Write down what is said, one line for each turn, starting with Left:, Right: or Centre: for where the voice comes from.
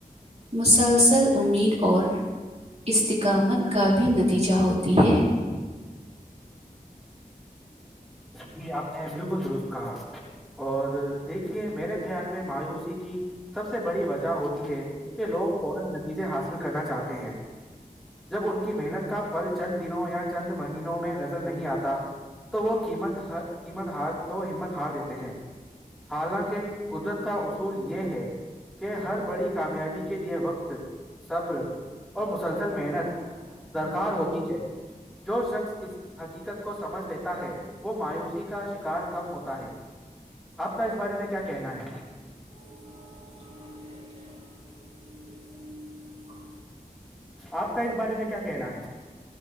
Right: مسلسل امید اور استقامت کا بھی نتیجہ ہوتی ہے
Centre: جی آپ نے بالکل درست کہا اور دیکھیے میرے خیال میں مایوسی کی سب سے بڑی وجہ ہوتی ہے کہ لوگ فورا نتیجے حاصل کرنا چاہتے ہیں جب ان کی محنت کا فل چند دنوں یا چند مہینوں میں نظر نہیں آتا تو وہ قیمت قیمت ہار تو وہ ہمت ہار دیتے ہیں حالانکہ قدرت کا اصول یہ ہے کہ ہر بڑی کامیابی کے لیے وقت صبر اور مسلسل محنت درکار ہوتی ہے جو شخص اس حقیقت کو سمجھ لیتا ہے وہ مایوسی کا شکار کم ہوتا ہے آپ کا اس بارے میں کیا کہنا ہے
Right: <inaudible>
Centre: آپ کا اس بارے میں کیا کہنا ہے